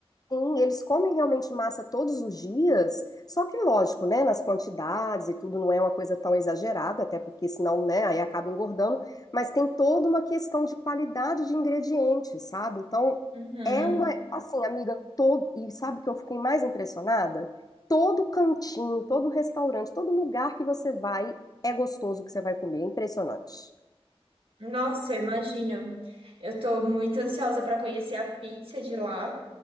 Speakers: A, on the left; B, on the right.
A: Sim, eles comem realmente massa todos os dias, só que lógico, né, nas quantidades e tudo não é uma coisa tão exagerada, até porque senão, né, aí acaba engordando, mas tem toda uma questão de qualidade de ingredientes, sabe? Então,
B: Uhum.
A: é uma, assim, amiga, todo, e sabe o que eu fiquei mais impressionada? Todo cantinho, todo restaurante, todo lugar que você vai, é gostoso o que você vai comer, é impressionante.
B: Nossa, eu imagino. Eu tô muito ansiosa para conhecer a pizza de lá